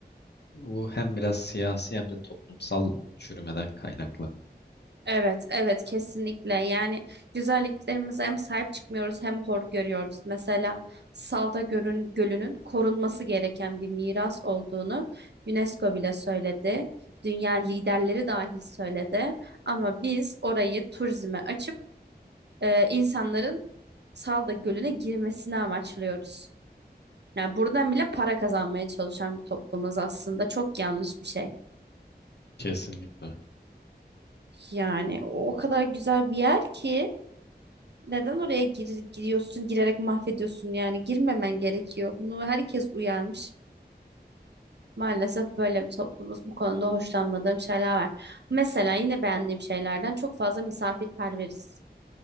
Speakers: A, on the left (about 70°); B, on the right (about 75°).
A: bu hem biraz siyasi hem de toplumsal çürümeden kaynaklı.
B: Evet, evet kesinlikle. Yani güzelliklerimize hem sahip çıkmıyoruz hem hor görüyoruz. Mesela Salda Görün, Gölü'nün korunması gereken bir miras olduğunu UNESCO bile söyledi. Dünya liderleri dahil söyledi. Ama biz orayı turizme açıp e, insanların Salda Gölü'ne girmesini amaçlıyoruz. Yani buradan bile para kazanmaya çalışan bir toplumuz aslında. Çok yanlış bir şey.
A: Kesinlikle.
B: Yani o kadar güzel bir yer ki. Neden oraya gir- giriyorsun, girerek mahvediyorsun yani girmemen gerekiyor. Bunu herkes uyarmış. Maalesef böyle bir toplumuz bu konuda hoşlanmadığım şeyler var. Mesela yine beğendiğim şeylerden çok fazla misafirperveriz.